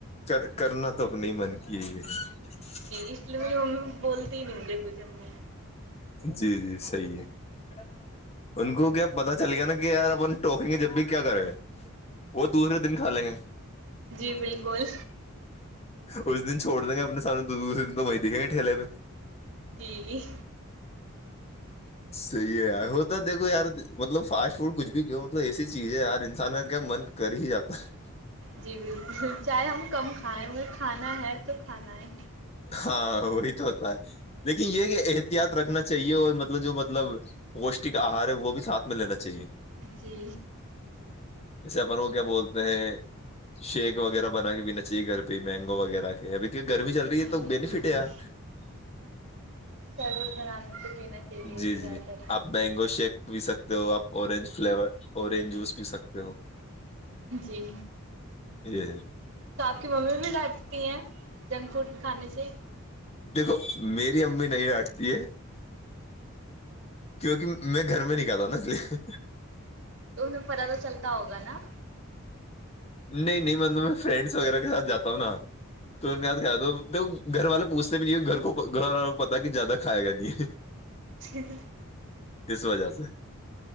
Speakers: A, on the left (about 30°); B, on the right (about 55°).
A: کر کرنا تو اپنے ہی من کی ہے یہ ہے
B: جی اس لیے میری ممی <unintelligible> <inaudible> <inaudible>
A: جی جی صحیح ہے ان کو کیا پتا چل گیا نا کہ یار اپن ٹوکیں گے جب بھی کیا کریں وہ دوسرے دن کھا لیں گے
B: جی بالکل
A: اس دن چھوڑ دیں گے اپنے سامنے تو دوسرے دن تو وہیں دکھیں گےٹھیلے پہ
B: جی
A: صحی ہے ہوتا دیکھو یار مطلب فاسٹ فوڈ کچھ بھی کیوں مطلب ایسی چیز ہے یار انسان کا کیا من کر ہی جاتا ہے
B: جی بالکل چاہے ہم کم کھائیں مگر کھانا ہے تو کھانا ہے
A: ہاں وہی تو ہوتا ہے لیکن یہ کہ احتیاط رکھنا چاہیے اور مطلب جو مطلب پوسٹ کا آہار ہے وہ بھی ساتھ میں لینا چاہیے
B: جی
A: اسے اپن وہ کیا بولتے ہیں شیک وغیرہ بنا کے پینا چاہیے گھر پہ مینگو وغیرہ کے ابھی کہ گرمی چل رہی
B: ہاں
A: ہے
B: جی
A: تو بینیفٹ
B: بالکل
A: ہے یار
B: سربز بنانے تو پینا چاہیے
A: جی
B: ہی زیادہ
A: جی آپ مینگو شیک پی سکتے ہو آپ اورورنج فلیور
B: تر
A: اورینج جوس پی سکتے ہو
B: جی
A: جی
B: تو آپ کی ممی بھی ڈاتتی ہیں جنک فوڈ کھانے سے
A: دیکھو میری امی نہیں ڈانٹتی ہے کیونکہ میں گھر میں نہیں کتا نا اس لیے
B: تو ان میں پتا تو چلتا ہوگا نا
A: نہیں نہیں مطلب میں فرینڈس وغیرہ کے ساتھ جا تاا تو کہ گھر والے پ بھی نہیں گھر کو گھر والوں کو پتا کہ زیادہ کھائے گا نہیں ہے
B: جیک
A: کس وجہ سے